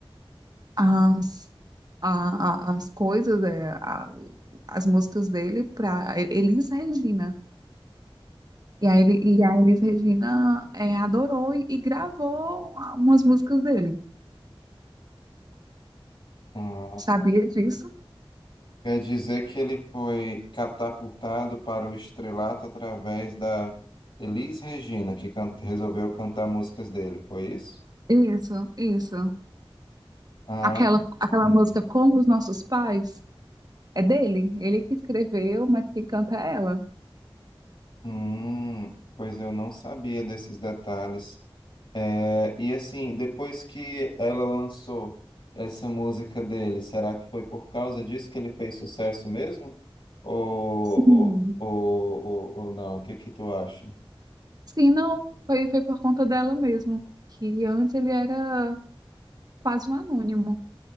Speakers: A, on the right (about 45°); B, on the left (about 60°).
A: as, a, a- as coisas, é, a- as músicas dele para Elis Regina. E a, Eli- e a Elis Regina é, adorou e, e gravou ah, umas músicas dele.
B: Hum.
A: Sabia disso?
B: Quer dizer que ele foi catapultado para o estrelato através da Elis Regina, que can- resolveu cantar músicas dele, foi isso?
A: Isso, isso.
B: Ah,
A: Aquela, aquela
B: hum,
A: música Como os Nossos Pais é dele. Ele que escreveu, mas quem canta é ela.
B: hum, pois eu não sabia desses detalhes. É, e assim, depois que ela lançou essa música dele, será que foi por causa disso que ele fez sucesso mesmo? Ou,
A: Sim.
B: ou, ou, ou, ou não? O que que tu acha?
A: Sim, não, foi, foi por conta dela mesmo. Que antes ele era quase um anônimo.